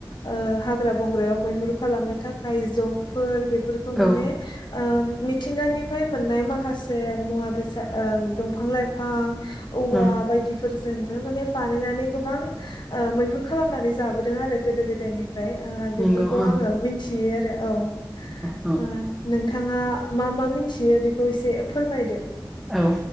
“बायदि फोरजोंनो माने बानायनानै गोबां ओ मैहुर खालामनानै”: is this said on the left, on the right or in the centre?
Left